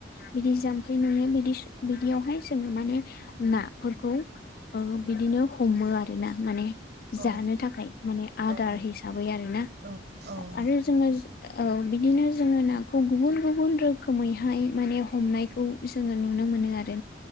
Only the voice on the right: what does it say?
औ
औ
औ औ